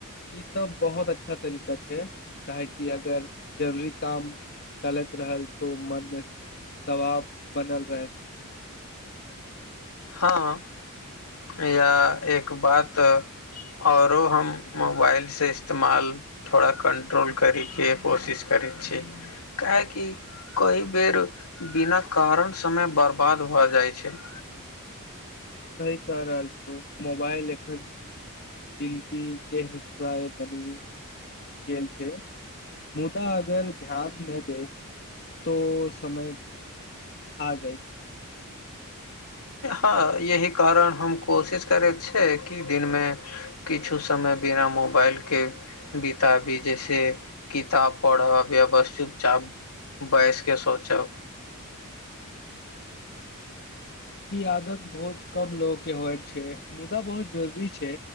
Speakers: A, on the left (about 50°); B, on the left (about 80°).
A: ई तऽ बहुत अच्छा तरीका छै काह कि अगर जरूरी काम टलैत रहल तो मन मे <inaudible> दबाब बनल रहैत। छै
B: हँ <inaudible> या एक बात औरो हम मोबाइल से इस्तेमाल थोड़ा कंट्रोल करी केँ कोशिश करै छी काहै की कई बेर बिना कारण समय बर्बाद भए जाइ छै।
A: सही कह रहल छौ मोबाइल एखन जिनकी केँ हिस्सा बनी। गेल छै <inaudible> मुदा अगर ध्यान नै दैत तो समय <inaudible> खा जाइ छै।
B: हँ यही कारण हम कोशिश करैत छियै कि दिन में किछु समय बिना मोबाइल केँ बिताबी जे से किताब पढ़ब या बस चुपचाप बयस केँ सोचब।
A: ई आदत बहुत कम लोक केँ होइत छै। मुद्दा बहुत जरूरी छै